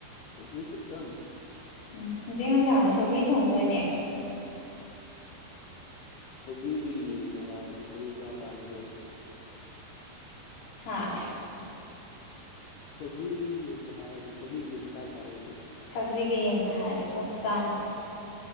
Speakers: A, on the left; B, on the left.
A: ꯁꯧꯒ꯭ꯔꯤ ꯈꯛꯇꯪ
B: ꯎꯝ ꯍꯧꯖꯤꯛ ꯅꯨꯡꯗꯥꯡꯗ ꯁꯧꯒ꯭ꯔꯤ ꯊꯣꯡꯗꯣꯏꯅꯦ
A: ꯁꯧꯒꯔꯤꯒꯩ ꯌꯦꯟꯒ ꯍꯥꯏꯔꯗꯤ ꯁꯒꯔꯤ ꯆꯥ ꯇꯥꯔꯦ ꯑꯗꯣ
B: ꯍꯥꯥ
A: ꯁꯒꯂꯤ ꯀꯩ ꯌꯦ ꯍ ꯍꯥꯏꯁ ꯁꯧꯔꯤ ꯑꯗꯨꯝ ꯆꯥꯔꯦ
B: ꯁꯧꯒ꯭ ꯀꯌꯦ ꯌꯥꯗꯤ ꯑꯣꯁꯥꯅꯤ